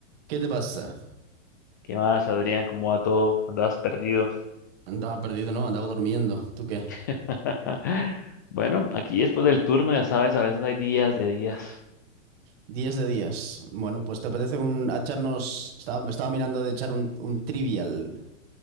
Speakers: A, on the right (about 50°); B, on the left (about 15°).
A: ¿Qué te pasa?
B: ¿Qué más, Adrián? ¿Cómo va todo? Andabas perdido.
A: Andaba perdido, ¿no? Andaba durmiendo. ¿Tú qué?
B: <laughs> Bueno, aquí después del turno, ya sabes, a veces hay días de días.
A: Diez de días. Bueno, pues te apetece un a echarnos. Estaba, me estaba mirando de echar un, un trivial.